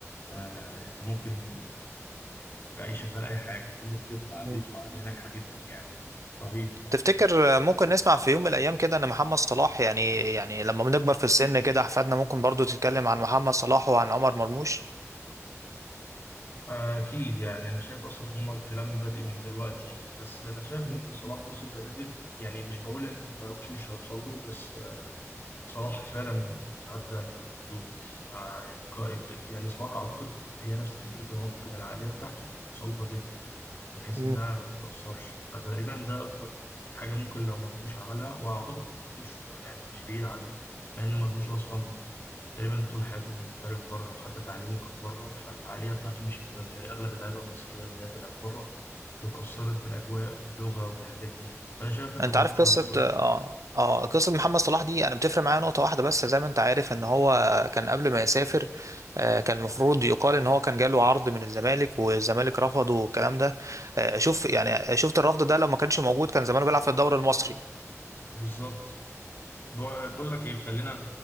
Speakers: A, on the left (about 45°); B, on the right (about 75°).
A: آه انت ممكن في اي شغال اي حاجه لان بجد عقليته
B: مم.
A: عقليه ناجحه جدا يعني رهيب
B: تفتكر ممكن نسمع في يوم من الايام كده ان محمد صلاح يعني يعني لما بنكبر في السن كده احفادنا ممكن برضو تتكلم عن محمد صلاح وعن عمر مرموش
A: آه، أكيد يعني أنا شايف أصلا هما الكلام بادئ من دلوقتي بس أنا شايف
B: مم.
A: إن صلاح وصل لليفل يعني مش بقول إن مرموش مش هيوصل له بس آه، صلاح فعلا عدى الحدود آه، يعني قائد- يعني صلاح أعتقد هي نفس فكرة رونالدو كده العقلية بتاعته صلبة جدا بحيث
B: مم.
A: انها ما بتتأثرش فتقريبا ده اكتر حاجة ممكن لو مرموش عملها واعتقد مرموش يعني مش بعيد عنها لان مرموش اصلا تقريبا طول حياته محترف بره وحتى تعليمه كان بره فالعقلية بتاعته مش هتبقى زي اغلب اللعيبة المصرية اللي هي تلعب بره وتأثرت بالاجواء واللغة والحاجات دي فانا شايف ان
B: انت
A: مرموش
B: عارف قصه
A: عنده فرصة
B: اه اه قصه محمد صلاح دي انا بتفرق معايا نقطه واحده بس زي ما انت عارف ان هو كان قبل ما يسافر آه، كان المفروض يقال ان هو كان جاله عرض من الزمالك والزمالك رفضه والكلام ده آه، شوف يعني شفت الرفض ده لو ما كانش موجود كان زمانه بيلعب في الدوري المصري
A: بالظبط بق- بقول لك ايه خلينا